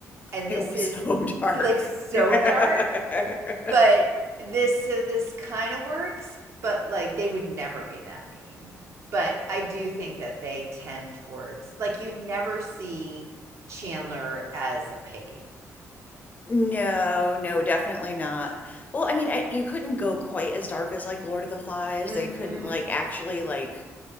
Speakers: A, on the right; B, on the left.
A: And
B: It
A: this
B: was
A: is
B: so <laughs> dark.
A: like so
B: <laughs>
A: dark But this so this kinda works, but, like, they would never be that mean. But I do think that they tend towards like, you'd never see Chandler as a piggy.
B: No, no, definitely not. Well, I mean, I, you couldn't go quite as dark as like Lord of the Flies.
A: Mhm.
B: They couldn't like actually like